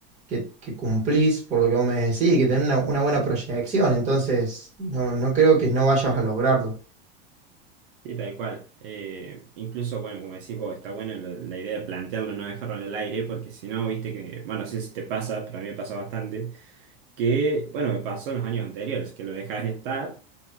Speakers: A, on the right; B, on the right.
A: que, que cumplís por lo que vos me decís y que tenés una, una buena proyección. Entonces, no, no creo que no vayas a lograrlo.
B: Y tal cual. Eh, incluso, bueno, como decís vos, está bueno lo- la idea de plantearlo, no dejarlo en el aire, porque si no, viste que, bueno, no sé si te pasa, pero a mí me pasa bastante, que, bueno, me pasó en los años anteriores, que lo dejas estar,